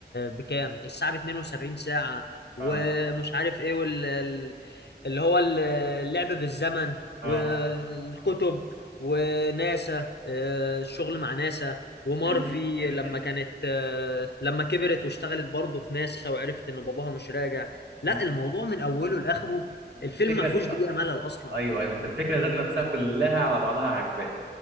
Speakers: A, on the left; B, on the right.
A: بكام الساعه ب 72 ساعه ومش
B: اه
A: عارف ايه وال ال- اللي هو ال- اللعب بالزمن
B: اه
A: والكتب وناسا آه، الشغل مع ناسا ومارفي
B: ان ان
A: لما
B: ان
A: كانت آه، لما كبرت واشتغلت برضه في ناسا وعرفت ان باباها مش راجع لا
B: مم.
A: الموضوع من اوله لاخره الفيلم
B: الفكره
A: ما فيهوش دقيقه
B: آه،
A: ملل اصلا
B: ايوه ايوه انت الفكره ذات نفسها كلها على بعضها عجباك